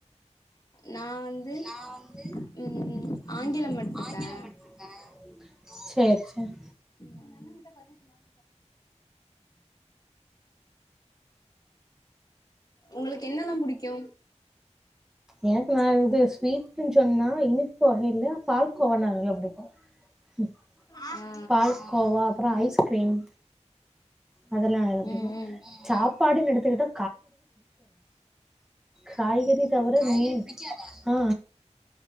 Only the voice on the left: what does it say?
நா வந்து
ம் ஆங்கிலம்
பட்ருக்கே
உங்க அண்ண கிட்ட <unintelligible> உங்களுக்கு என்னெல்லா புடிக்கு
ஆ
ம் ம்